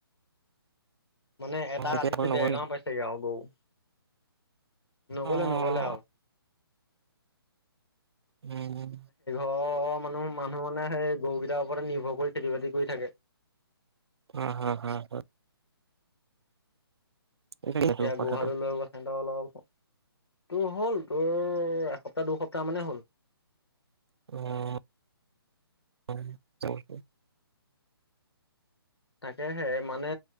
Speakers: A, on the left; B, on the right.
A: মানে এটা
B: অ', এতিয়া
A: ৰাতিতে
B: ফোন নকৰে
A: দেৰগাঁৱও
B: নেকি?
A: পাইছেগে আৰু গৰু। নগ'লে,
B: অ'।
A: নগ'লে আৰু।
B: উম।
A: অ', অ', মানুহ, মানুহ মানে সেই গৰুকেইটাৰ ওপৰতে নিৰ্ভৰ কৰি খেতি বাতি কৰি থাকে।
B: অ', অ', অ', অ'। এইটো সেইটো
A: এতিয়া
B: কথাটো
A: গোহালো লৈ গৈছিলো অলপ তোৰ হ'ল তোৰ এসপ্তাহ দুসপ্তাহ মানে হ'ল।
B: উম, <unintelligible>
A: তাকে হে মানে